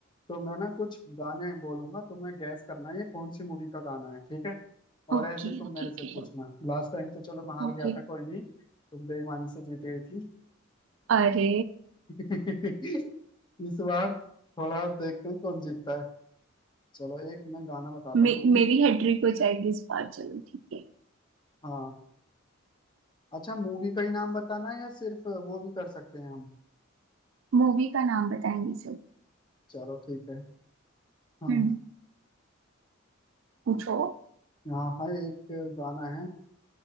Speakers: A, on the left; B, on the right.
A: तो मैं ना कुछ गाने बोलूंगा तुम्हें गैस करना है ये कौन सी मूवी का गाना है ठीक है और
B: Okay
A: ऐसे ही तुम
B: okay
A: मेरे से
B: okay
A: पूछना लास्ट टाइम तो चलो मैं हार
B: ओके
A: गया था कोई नहीं तुम बेईमानी से जीत गई थी
B: अरे
A: <laughs> इस बार थोड़ा देखते हैं कौन जीतता है चलो एक मैं गाना बताता
B: मे,
A: हूँ तुम्हें
B: मेरी हेड्रिक हो जाएगी इस बार चलो ठीक है
A: हाँ अच्छा मूवी का ही नाम बताना है या सिर्फ वो भी कर सकते हैं हम
B: मूवी का नाम बताएंगे सब
A: चलो ठीक है हाँ
B: हम्म पूछो
A: हाँ हाँ एक गाना है